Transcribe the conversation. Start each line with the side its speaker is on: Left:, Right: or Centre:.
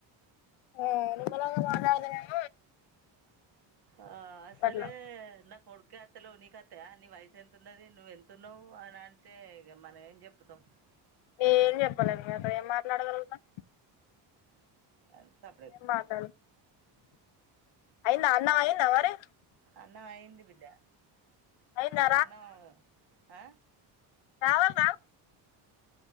Left: ఆ నిమ్మలంగ మాట్లాతనీమో
Right: ఆ అసలే
Left: అట్లా
Right: నా కొడుకే అత్తలేవు నీకత్తయా నీ వయసు ఎంతున్నది నువ్ ఎంతున్నావు అని అంటే ఇగ మనం ఏం చెప్పుతం
Left: ఏం చెప్పలేము ఇగ అక్కడ ఏం మాట్లాడగలుగుతాం
Right: అని సప్పుడేక
Left: ఏం
Right: ఊకున్న
Left: మాటల్ అయిందా అన్నం అయి త వరి
Right: అన్నం అయింది బిడ్డ
Left: అయిందా
Right: అన్నం హా
Left: రావాల్నా